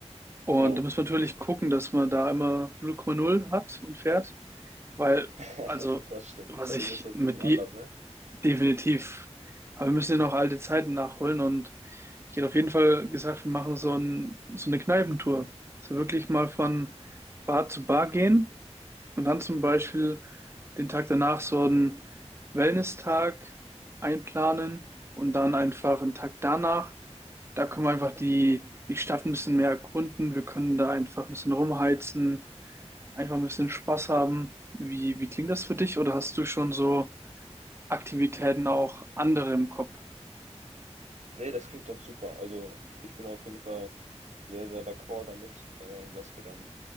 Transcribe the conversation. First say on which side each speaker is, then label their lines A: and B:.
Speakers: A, on the right; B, on the right.
A: Und
B: Jo,
A: da muss man natürlich gucken, dass man da immer null Komma null hat und fährt, weil,
B: <laughs>
A: also,
B: das stimmt.
A: was
B: Bei
A: ich
B: denen ist das
A: mit
B: ein bisschen anders,
A: die
B: ne?
A: definitiv, aber wir müssen ja noch alte Zeiten nachholen und ich hätte auf jeden Fall gesagt, wir machen so ein, so eine Kneipentour. Also wirklich mal von Bar zu Bar gehen und dann zum Beispiel den Tag danach so einen Wellness-Tag einplanen und dann einfach einen Tag danach. Da können wir einfach die, die Stadt ein bisschen mehr erkunden. Wir können da einfach ein bisschen rumheizen, einfach ein bisschen Spaß haben. Wie, wie klingt das für dich? Oder hast du schon so Aktivitäten auch andere im Kopf?
B: Ne, das klingt doch super. Also, ich bin auf jeden Fall sehr, sehr d'accord damit, ähm, dass wir dann